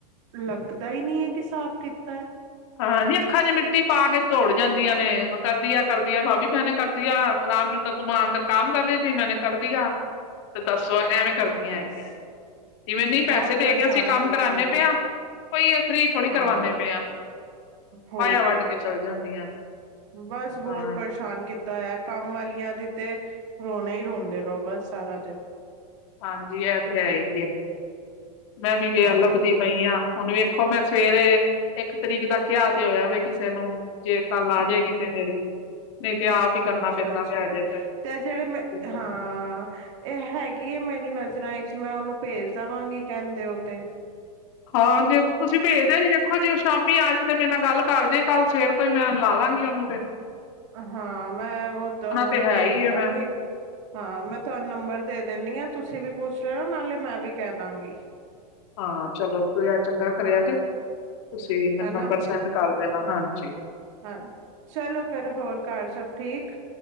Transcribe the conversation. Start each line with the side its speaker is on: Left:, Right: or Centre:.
Right: ਲੱਗਦਾ ਈ ਨਈਂ ਏ ਕਿ ਸਾਫ਼ ਕੀਤਾ ਐ।
Left: ਹਾਂਜੀ, ਅੱਖਾਂ ਚ ਮਿੱਟੀ ਪਾ ਕੇ ਦੋੜ ਜਾਂਦੀਆਂ ਨੇ, ਕਰਦੀ ਆ- ਕਰਦੀ ਆ ਬਾਬੀ ਮੈਂਨੇ ਕਰਦੀਆਂ। ਰਾਮ ਲੇਤਾਂ ਤੂੰ ਵਹਾਂ ਅੰਦਰ ਕੰਮ ਕਰ ਰਈ ਸੀ, ਮੈਂਨੇ ਕਰਦੀ ਆ ਤੇ ਦੱਸੋ ਐਵੇਂ ਕਰਦੀਆਂ
Right: ਹਾਂ ਬਸ
Left: ਹੈਗੀਆਂ। ਜਿਵੇਂ ਨੀ ਪੈਸੇ
Right: ਬਹੁਤ
Left: ਦੇ
Right: ਪਰੇਸ਼ਾਨ
Left: ਕੇ ਅਸੀਂ ਕੰਮ
Right: ਕੀਤਾ
Left: ਕਰਾਨੇ
Right: ਹੋਇਆ
Left: ਪਏ ਆ, ਕੋਈ ਇਹ ਫਰੀ ਥੋੜੀ
Right: ਹਾਂ
Left: ਕਰਵਾਨੇ ਪਏ ਆ।
Right: ਹੋਰ
Left: ਫਾਇਆ ਵੱਢ
Right: ਕੀ
Left: ਕੇ ਚਲ ਜਾਂਦੀਆਂ ਨੇ।
Right: ਬਸ ਬੋਹਤ
Left: ਹਾਂ
Right: ਪਰੇਸ਼ਾਨ ਕੀ- ਤਾ ਹੈ ਕੰਮ ਵਾਲੀਆਂ ਦੀ ਤੇ ਰੋਣੇ ਹੀ ਰੋਂਦੇ ਰਹੋ ਬਸ ਸਾਰਾ ਦਿਨ।
Left: ਹਾਂਜੀ ਇਹ ਤੇ ਹੈ ਹੀ ਐ, ਮੈਂ ਵੀ ਵੇ
Right: ਹਾਂ
Left: ਆ ਲੱਭਦੀ ਪਈ ਹਾਂ। ਹੁਣ ਵੇਖੋ ਮੈਂ ਸਵੇਰੇ ਇੱਕ ਤਰੀਕ ਦਾ ਕੇ ਆ ਤੇ ਹੋਇਆ ਵੇ ਕਿਸੇ ਨੂੰ। ਜੇ ਕੱਲ ਆ ਜਾਏਗੀ ਤੇ ਮੇਰੀ, ਨਹੀਂ ਤੇ ਆਪ ਹੀ ਕਰਨਾ
Right: ਅੱਛਾ-
Left: ਪੈਂਦਾ
Right: ਅੱਛਾ
Left: ਪਿਆ ਅਜੇ
Right: ਤੇ ਜਿਹੜੇ ਮੈਂ,
Left: ਠੀਕ ਹੈ।
Right: ਹਾਂ। ਇਹ ਹੈਗੀ ਏ ਮੇਰੀ ਨਜ਼ਰਾਂ ਚ ਮੈਂ ਉਹਨੂੰ ਭੇਜ ਦੇਵਾਂਗੀ ਕਹਿੰਦੇ ਉ ਤੇ।
Left: ਹਾਂ ਜੇ ਤੁਸੀਂ ਭੇਜਦੇ ਨੀ ਦੇੇਖੋ ਜੇ ਉਹ ਸ਼ਾਮੀ ਆ ਜੇ ਤੇ ਮੇਰੇ ਨਾਲ ਗੱਲ ਕਰ ਜੇ ਕੱਲ ਸਵੇਰ ਤੋਂ। ਈ ਮੈਂ ਲਾ ਲਾਂਗੀ ਉਹਨੂੰ ਫੇਰ।
Right: ਹਾਂ ਮੈਂ ਉਧਰ ਉਹਨੂੰ
Left: ਤੇ ਹੈ
Right: ਭੇਜ
Left: ਹੀ ਹੈ
Right: ਦਾਂਗੀ
Left: ਮੈਂ
Right: ਹਾਂ ਮੈਂ, ਤੁਹਾਨੂੰ ਨੰਬਰ ਤੇ ਦਿੰਦੀ ਆ ਤੁਸੀਂ ਵੀ ਪੁੱਛ ਲੇਓ ਨਾਲੇ ਮੈਂ ਵੀ ਕਹਿ ਦਾਂਗੀ।
Left: ਹਾਂ ਚਲੋ ਤੂੰਸੀ ਏ ਚੰਗਾ ਕਰਿਆ
Right: ਹਾਂ
Left: ਜੇ, ਤੁਸੀਂ ਮੈਨੂੰ
Right: ਹਨਾ
Left: ਨੰਬਰ ਸੈਂਡ ਕਰ ਦੇਣਾ
Right: ਹਾਂ
Left: ਹਾਂਜੀ।
Right: ਹਾਂਜੀ ਚਲੋ ਫੇਰ ਹੋਰ ਘਰ ਸਭ ਠੀਕ?